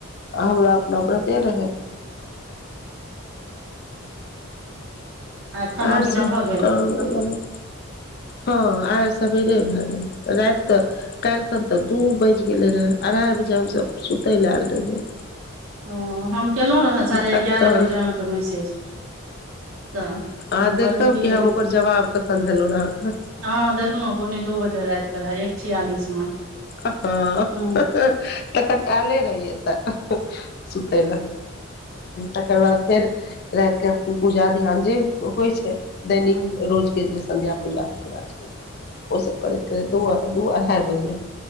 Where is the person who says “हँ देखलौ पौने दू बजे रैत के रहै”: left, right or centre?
Right